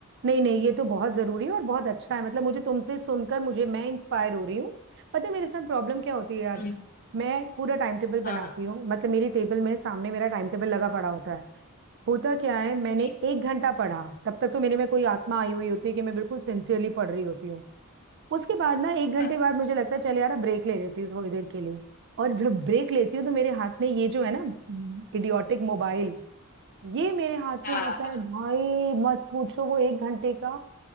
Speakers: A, on the right; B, on the left.
A: नहीं नहीं ये तो बहुत जरूरी है और बहुत अच्छा है मतलब मुझे तुमसे सुनकर मुझे मैं इंस्पायर हो रही हूँ पता है मेरे साथ प्रॉब्लम क्या होती है यार
B: हम्म,
A: मैं पूरा टाइम टेबल बनाती
B: हाँ हाँ
A: हूँ मतलब मेरी टेबल में सामने मेरा टाइम टेबल लगा पड़ा होता है होता क्या है मैंने
B: ठीक
A: एक घंटा पढ़ा तब तक तो मेरे में कोई आत्मा आई हुई होती है कि मैं बिल्कुल सिंसियरली पढ़ रही होती हूँ उसके बाद ना एक घंटे
B: है,
A: बाद मुझे लगता है चल यार ब्रेक ले लेती हूँ थोड़ी देर के लिए और जब ब्रेक लेती हूँ तो मेरे हाथ में ये जो है ना इडियोटिक मोबाइल ये मेरे हाथ
B: हाँ
A: में आता
B: हाँ हाँ
A: है भाई मत पूछो वो एक घंटे का